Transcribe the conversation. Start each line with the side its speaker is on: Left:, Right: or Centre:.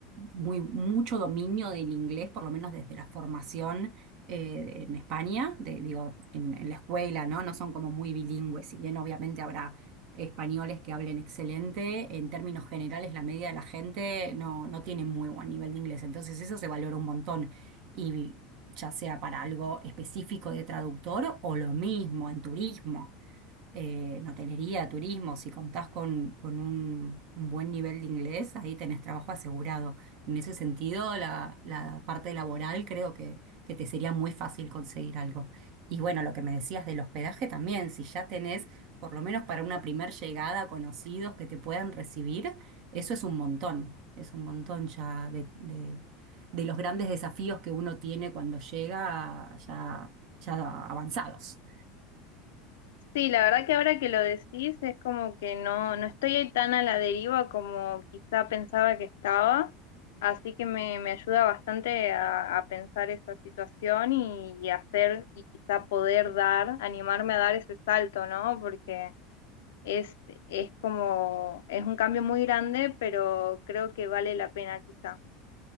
Right: muy, mucho dominio del inglés, por lo menos desde la formación eh, en España, de- digo, en, en la escuela, ¿no? No son como muy bilingües, si bien obviamente habrá españoles que hablen excelente. En términos generales, la media de la gente no, no tiene muy buen nivel de inglés, entonces eso se valora un montón. Y ya sea para algo específico de traductor o lo mismo en turismo eh, en hotelería, turismo, si contás con, con un, un buen nivel de inglés, ahí tenés trabajo asegurado. En ese sentido, la, la parte laboral creo que, que te sería muy fácil conseguir algo. Y bueno, lo que me decías del hospedaje también, si ya tenés, por lo menos para una primer llegada, conocidos que te puedan recibir, eso es un montón, es un montón ya de, de- de los grandes desafíos que uno tiene cuando llega ya, ya avanzados.
Left: Sí, la verdad que ahora que lo decís es como que no, no estoy ahí tan a la deriva como quizá pensaba que estaba, así que me, me ayuda bastante a, a pensar esa situación y, y hacer y quizá poder dar, animarme a dar ese salto, ¿no? Porque es, es como, es un cambio muy grande, pero creo que vale la pena quizá.